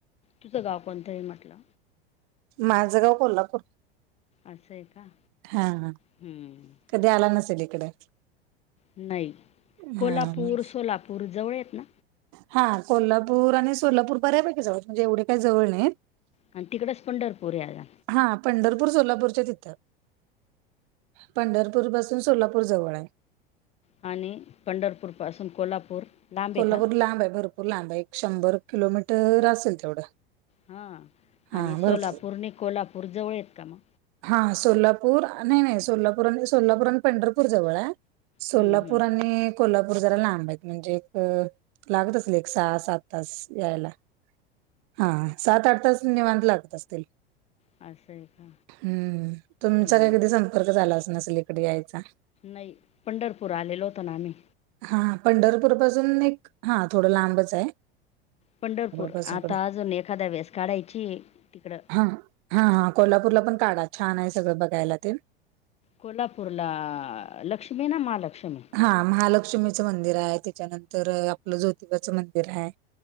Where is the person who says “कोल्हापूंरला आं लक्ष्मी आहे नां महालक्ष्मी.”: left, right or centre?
Left